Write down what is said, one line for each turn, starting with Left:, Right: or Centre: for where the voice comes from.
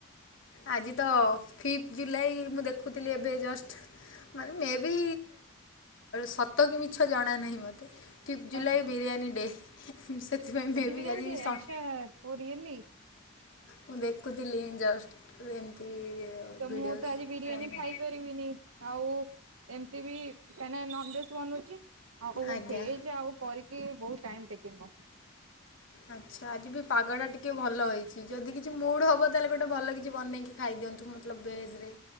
Left: ଆଜି ତ ଫିଫ୍ଥ ଜୁଲାଇ ମୁଁ ଦେଖୁଥିଲି ଏବେ ଜଷ୍ଟ। ମାନେ ମେ ବି ସତ କି ମିଛ ଜଣା ନାହିଁ ମତେ। ଫିଫ୍ଥ
Right: କଣ
Left: ଜୁଲାଇ
Right: ଦେଖୁଥିଲେ
Left: ବିରିୟାନୀ ଡେ। ସେଥିପାଇଁ ବେବି
Right: ବିରିୟାନୀ
Left: ଆଜି ସ୍
Right: ଆଚ୍ଛା ଓ ରିଏଲି
Left: ମୁଁ ଦେଖୁଥିଲି ଜଷ୍ଟ ଏମିତି-
Right: ତ
Left: ଭିଡ଼ିଓଜ୍
Right: ମୁଁ ତ ଆଜି ବିରିୟାନୀ
Left: ଫୋନ
Right: ଖାଇପାରିବିନି ଆଉ ଏମିତି ବି କାହିଁ ନା ନନଭେଜ- <unintelligible>
Left: ଆଜ୍ଞା
Right: ଭେଜ୍ ଆଉ କରିକି ବହୁତ୍ ଟାଇମ ଟେକିଙ୍ଗ
Left: ଆଚ୍ଛା ଆଜି ବି ପାଗଟା ଟିକେ ଭଲ ହେଇଛି ଯଦି କିଛି ମୁଡ ହବ ତାହେଲେ ଗୋଟେ ଭଲ କିଛି ବନେଇକି- ଖାଇଦିଅନ୍ତୁ ମତଲବ ବେଜ୍ରରେ।